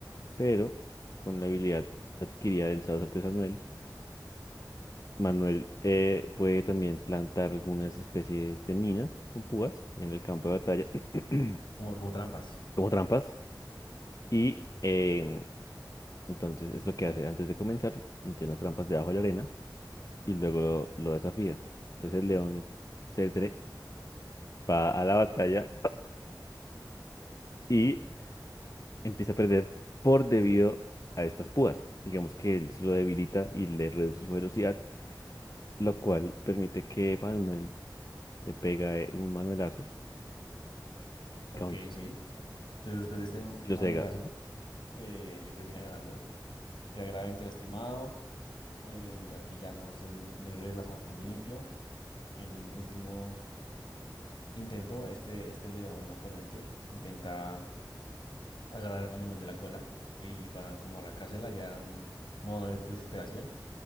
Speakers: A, on the left; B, on the left.
A: pero con la habilidad adquirida del sacerdote Samuel, Manuel eh, puede también plantar algunas especies de minas con púas en el campo de batalla, <clears throat>
B: como, como trampas.
A: como trampas, y em, entonces es lo que hace antes de comenzar, plantea unas trampas debajo de la arena y luego lo, lo desafía. Entonces el león cetre va a la batalla. Y empieza a perder por debido a estas púas. Digamos que él se lo debilita y le reduce su velocidad, lo cual permite que Manuel le pega eh, un manuelazo
B: Ok,
A: con-
B: sí. Entonces, después de este Manuelazo,
A: y lo cega.
B: eh, le termina ganando. Queda gravemente lastimado Eh, aquí ya no se, no hay reglas a puño limpio. En un último intento, este, este león oponente intenta agarrar a Manuel de la cola y para como arrancársela ya un modo de desesperación,